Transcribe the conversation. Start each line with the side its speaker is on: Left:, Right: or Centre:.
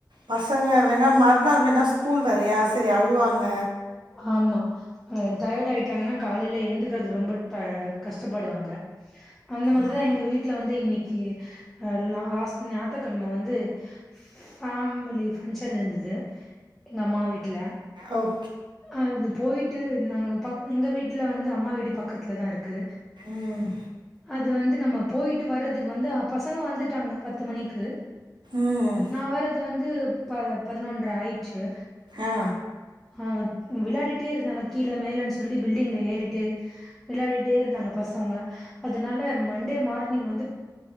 Right: பசங்க வேணா மறுநாள் வேணா ஸ்கூல் வேறயா செரி அழுவாங்க
Centre: ஆமா டயர்ட் ஆயிட்டாங்கன்னா காலையில ஏழுந்துக்கறிது ரொம்ப ட கஷ்டபடுவாங்க அந்த மாதிரிதா
Right: ம்
Centre: எங்க வீட்ல வந்து இன்னைக்கு அ லாஸ்ட் ஞாக்குகெழம வந்து ஃபேமிலி பங்க்ஷன் இருந்தது எங்க அம்மா வீட்ல
Right: ஓ
Centre: அது போயிட்டு நாங்க எங்க வீட்ல வந்து அம்மா வீடு பக்கத்துல தா இருக் க்கு
Right: ம்
Centre: அது வந்து நம்ம போயிட்டு வர்றதுக்கு வந்து பசங்க வந்துட்டாங்க பத்து மணிக்கு
Right: ம்
Centre: நா வர்றது வந்து ப பதினொன்ற ஆயிச்சு
Right: ஆ
Centre: ஆ வெளாண்டுட்டே இருந்தாங்க கீழ மேலன்னு சொல்லி பில்டிங்ல ஏறிட்டு வெளாண்டிட்டே இருந்தாங்க பசங்க அதனால மண்டே மார்னிங் வந்து